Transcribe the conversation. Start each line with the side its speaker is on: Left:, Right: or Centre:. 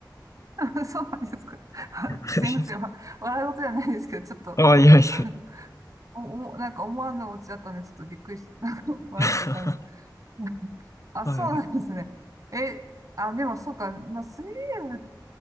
Right: <laughs> そうなんですか。<laughs>
Left: <laughs>
Right: すいません。わ笑い事じゃないですけど、ちょっと
Left: ああ、いやいやい
Right: <laughs>、お、おもなんか思わぬオチだったんで、ちょっとびっくりし、<laughs> なんか笑っちゃったんです。
Left: や。<laughs>
Right: <laughs> あ、
Left: はい。
Right: そうなんですね。え、あ、でもそうか、まあ、水泳部、